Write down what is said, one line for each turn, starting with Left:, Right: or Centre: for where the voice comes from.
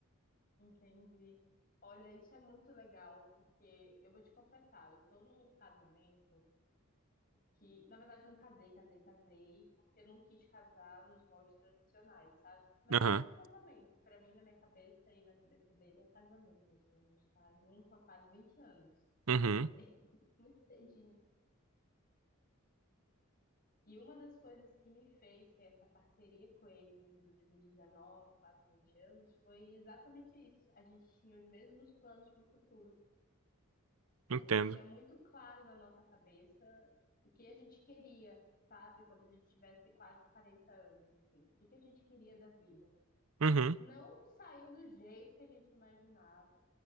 Left: Entendi. Olha, isso é muito legal, porque eu vou te confessar, eu tô num casamento. Que, na verdade, eu não casei, casei, casei, porque eu não quis casar nos moldes tradicionais, sabe? Mas
Right: Aham,
Left: é um casamento. Pra mim, na minha cabeça e na cabeça dele, é casamento. Assim, a gente tá junto há quase 20 anos.
Right: uhum,
Left: Comecei <laughs> muito cedinho. E uma das coisas que me fez ter essa parceria com ele nesses últimos 19, quase 20 anos, foi exatamente isso. A gente tinha os mesmos planos para o futuro. A
Right: entendo.
Left: gente tinha muito claro na nossa cabeça o que a gente queria, sabe? Quando a gente tivesse quase 40 anos, assim. O que que a gente queria da vida.
Right: Uhum,
Left: Não saiu do jeito que a gente imaginava,